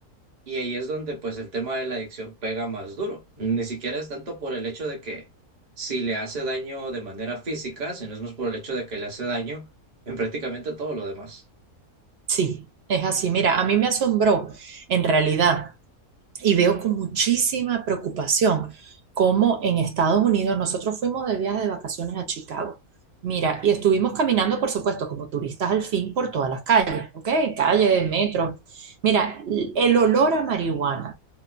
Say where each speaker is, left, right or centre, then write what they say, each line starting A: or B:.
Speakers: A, on the right (about 30°); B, on the right (about 65°).
A: Y ahí es donde pues el tema de la adicción pega más duro. Ni siquiera es tanto por el hecho de que si le hace daño de manera física, sino es más por el hecho de que le hace daño en prácticamente todo lo demás.
B: sí, es así. Mira, a mí me asombró en realidad y veo con muchísima preocupación cómo en Estados Unidos nosotros fuimos de viaje de vacaciones a Chicago. Mira, y estuvimos caminando, por supuesto, como turistas al fin por todas las calles, ¿ok? Calles, metros. Mira, el olor a marihuana